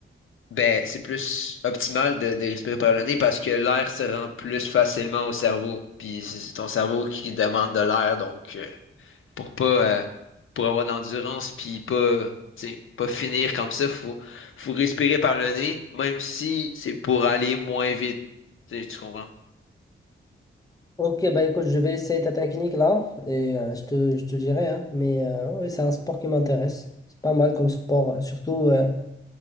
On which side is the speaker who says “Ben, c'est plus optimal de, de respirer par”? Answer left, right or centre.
Left